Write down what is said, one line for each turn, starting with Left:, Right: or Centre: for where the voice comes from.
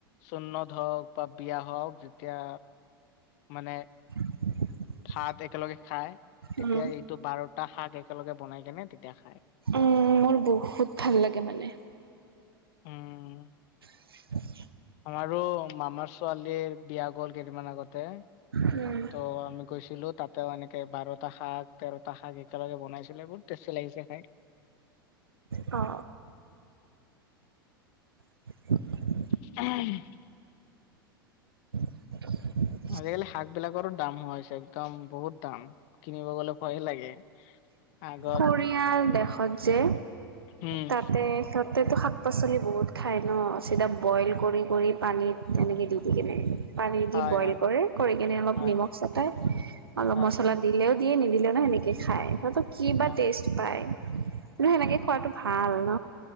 Left: চন্নদ হওক বা বিয়া হওক যেতিয়া মানে
Right: <inaudible>
Left: ভাত একেলগে খায় তেতিয়া
Right: উম
Left: এইটো বাৰটা শাক একেলগে বনাই কেনে তেতিয়া খায়।
Right: উম, মোৰ বহুত ভাল লাগে মানে।
Left: উম।
Right: <inaudible>
Left: আমাৰো মামাৰ ছোৱালীৰ বিয়া গ'ল কেইদিনমান আগতে
Right: উম
Left: ত' <unintelligible> আমি গৈছিলো তাত <unintelligible> এনেকে বাৰটা শাক তেৰটা শাক একেলগে বনাইছিলে বহুত টেষ্টি লাগিছে খাই।
Right: অ। <inaudible>
Left: <inaudible>
Right: <inaudible>
Left: আজিকালি শাক বিলাকৰো দাম হৈছে একদম বহুত দাম কিনিব গ'লে ভয়ে লাগে আগত
Right: কোৰিয়াৰ দেশত যে
Left: উম।
Right: তাতে সিঁহতেটো শাক পাচলি বহুত খায় ন চিধা বইল কৰি কৰি পানীত তেনেকে দি দি কেনে। পানী
Left: হয়,
Right: দি বইল
Left: হয়,
Right: কৰে কৰি কেনে অলপ
Left: হয়,
Right: নিমখ চেটাই অলপ
Left: হয়,
Right: মচলা দিলেও দিয়ে নিদিলে নাই সেনেকে খায় <unintelligible> কিবা
Left: হয়।
Right: টেষ্ট পায়। <unintelligible> সেনেকে খোৱাটো ভাল ন?